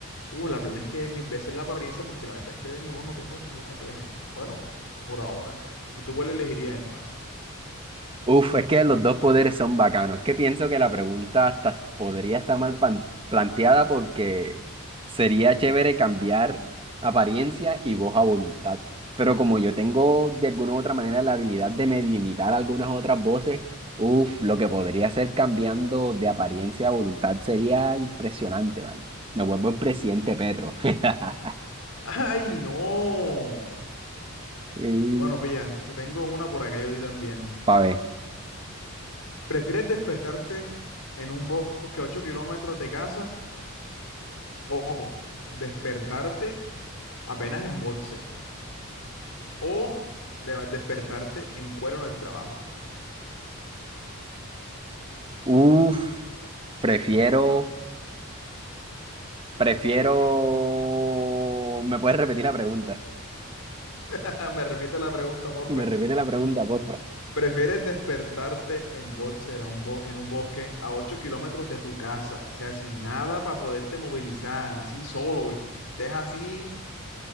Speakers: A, on the left (about 75°); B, on the right (about 25°).
A: Uh, la plena es que mis veces la apariencia, porque la verdad es que de mi voz no tengo ninguna queja. Bueno, por ahora. ¿Y tú cuál elegirías, hermano?
B: Uf, es que los dos poderes son bacanos. Es que pienso que la pregunta hasta podría estar mal pan- planteada porque sería chévere cambiar apariencia y voz a voluntad. Pero como yo tengo de alguna u otra manera la habilidad de medio imitar algunas otras voces, uf, lo que podría hacer cambiando de apariencia a voluntad sería impresionante, ¿vale? Me vuelvo el presidente Petro. <laughs>
A: <laughs> ¡Ay, no!
B: Mm,
A: Bueno, pilla, te tengo una por acá yo di también.
B: pa' ver.
A: ¿Prefieres despertarte en un bosque a 8 kilómetros de casa? Ojo, despertarte apenas en boxer. O le- despertarte en cuero en el trabajo.
B: Uf, prefiero. Prefiero... ¿Me puedes repetir la pregunta?
A: <laughs> Ah, me repite la pregunta, porfa.
B: Me repite la pregunta, porfa.
A: ¿Prefieres despertarte en boxer a un bo- en un bosque a 8 kilómetros de tu casa? O sea, sin nada para poderte movilizar, así solo, que estés así